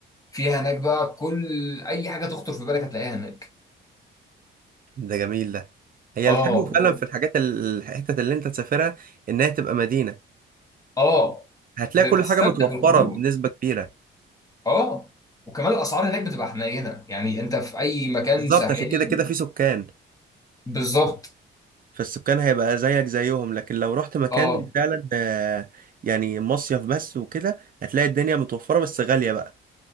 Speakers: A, on the left; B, on the right.
A: فيها هناك بقى كل اي حاجه تخطر في بالك هتلاقيها هناك
B: ده جميل ده هي
A: اه
B: الحلو فعلا في الحاجات ال- الحتت اللي انت تسافرها انها تبقى مدينة
A: اه
B: هتلاقي
A: ب- بتستمتع
B: كل حاجة متوفرة
A: بالخروج
B: بنسبة كبيرة
A: اه وكمان الاسعار هناك بتبقى حنينه يعني انت في اي مكان
B: بالظبط
A: ساحلي
B: عشان كده كده في سكان
A: بالظبط
B: فالسكان هيبقى زيك زيهم لكن لو رحت مكان
A: اه
B: فعلا آه، يعني مصيف بس وكده هتلاقي الدنيا متوفرة بس غالية بقى